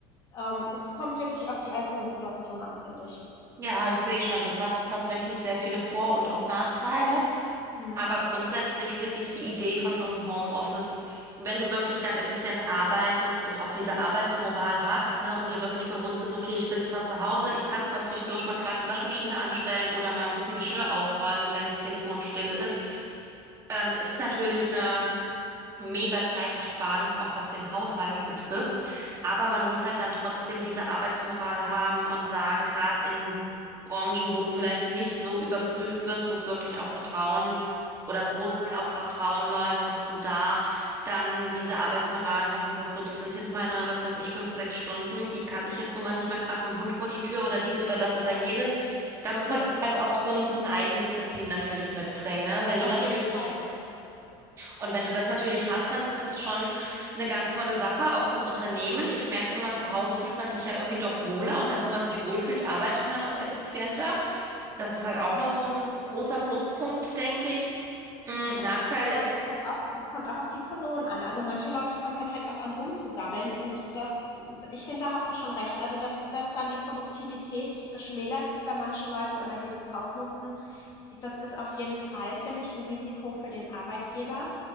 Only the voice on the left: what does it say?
ähm, es kommt wirklich auf die einzelne Situation an, finde ich.
Mhm.
Mhm.
Ja,
ne,
auf
jeden Fall.
Ja,
wobei
das halt auch es kommt auch auf die Person an. Also, manche Leute fangen dann halt auch an rumzugammeln und das ich finde, da hast du schon recht. Also, dass dass dann die Produktivität geschmälert ist bei manchen Leuten oder die das ausnutzen, das ist auf jeden Fall, finde ich, ein Risiko für den Arbeitgeber.